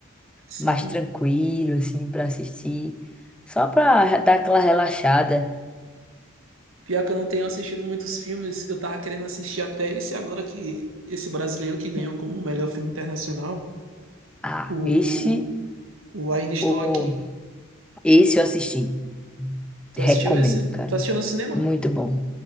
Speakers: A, on the right; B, in the centre.
A: Sim.
B: Mais tranquilo, assim, pra assistir. Só pra dar aquela relaxada.
A: Pior que eu não tenho assistido muitos filmes, eu tava querendo assistir até esse agora que esse brasileiro que ganhou
B: Hum.
A: como melhor filme internacional,
B: Ah,
A: o,
B: esse,
A: o Ainda Estou
B: o
A: Aqui.
B: Esse eu assisti.
A: Tu
B: Recomendo,
A: assistiu esse?
B: cara.
A: Tu assistiu no cinema?
B: Muito bom.